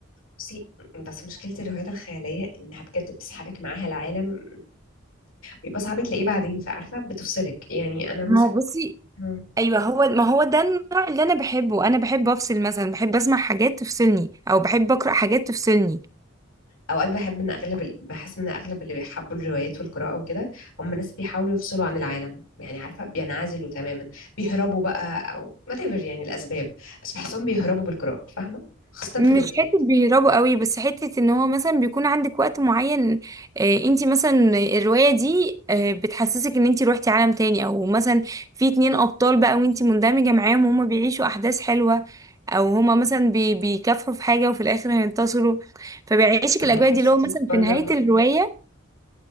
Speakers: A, on the left; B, on the right.
A: بصي بس مشكلة الروايات الخيالية إنها بجد بتسحبك معاها العالم بيبقى صعب تلاقيه بعدين فعارفة بتفصلك يعني أنا مثلا
B: ما هو بصي
A: مم.
B: ايوه هو ما هو ده النوع اللي انا بحبه انا بحب افصل مثلا بحب اسمع حاجات تفصلني او بحب اقرا حاجات تفصلني
A: أوقات بحب إن أغلب ال- بحس إن أغلب اللي بيحبوا الروايات والقراءة وكده هم ناس بيحاولوا يفصلوا عن العالم يعني عارفة بينعزلوا تماما بيهربوا بقى أو whatever يعني الأسباب بس بحسهم بيهربوا بالقراءة فاهمة خاصة
B: مش
A: في الروايات
B: حته بيهربوا قوي بس حته ان هو مثلا بيكون عندك وقت معين آه انت مثلا الروايه دي آه بتحسسك ان انت روحتي عالم تاني او مثلا في اتنين ابطال بقى وانت مندمجه معاهم وهما بيعيشوا احداث حلوه او هما مثلا بي بيكافحوا في حاجه وفي الاخر هينتصروا فبيعيشك
A: طب
B: الاجواء
A: ما حسيتيش
B: دي اللي هو مثلا
A: بره
B: في نهايه
A: م...
B: الروايه